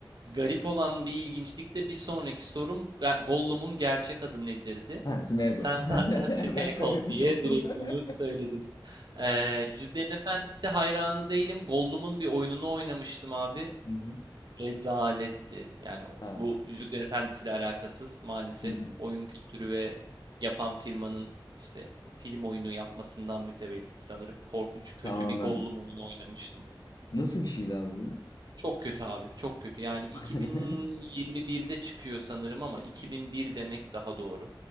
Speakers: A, on the right; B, on the left.
A: Garip olan bir ilginçlik de bir sonraki sorum Ga- Gollum'un gerçek adı nedirdi?
B: Ha, Smeagol.
A: Sen
B: <laughs>
A: zaten <laughs> Smeagol
B: Ben söylemiş
A: diye
B: oldum.
A: direkt bunu
B: <laughs>
A: söyledin. Ee, Yüzüklerin Efendisi hayranı değilim. Gollum'un bir oyununu oynamıştım abi.
B: Hı hı.
A: Rezaletti. Yani o-
B: Ha.
A: bu Yüzüklerin Efendisi'yle alakasız maalesef
B: Hı hı.
A: oyun kültürü ve yapan firmanın işte film oyunu yapmasından mütevellit sanırım. Korkunç kötü
B: Tamamen.
A: bir Gollum oyunu oynamıştım.
B: Nasıl bir şeydi abi bu? oyun?
A: Çok kötü abi, çok kötü. Yani 2021'de
B: <laughs>
A: çıkıyor sanırım ama 2001 demek daha doğru.